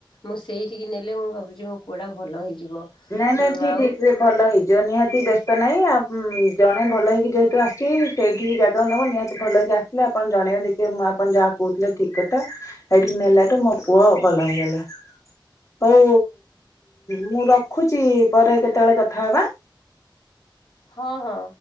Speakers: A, on the left; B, on the left.
A: ମୁଁ ସେଇଠିକି ନେଲେ ମୁଁ ଭାବୁଛି ମୋ ପୁଡା ଭଲ ହେଇଯିବଁ
B: ନାଇଁ ନାଇଁ ଠିକ
A: ଆଉ।
B: ଠିକ ସେ ଭଲ ହେଇଯିବ ନିହାତି ବ୍ୟସ୍ତ ନାହିଁ ଆଉ ଜଣେ ଭଲ ହେଇକି ଯେହେତୁ ଆସିବ ସେଇଠିକି ଜାଗାକୁ ନବ ନିହାତି ଭଲ ହେି ଆସିଲ ଆପଣ ଜଣେଇବେ ଦେଖେ ମୁଁ ଆପଣ ଯାହା କହୁଥିଲେ ଠିକ କଥା। ଏଠିକି ନେଲାଠୁ ମୋ ପୁଅ ଭଲ ହେଇଗଲା ହଉ ମୁଁ। ରଖୁଛି ପରେ କେତେବେଳେ କଥା ହେବା।
A: ହଁ ହଁ।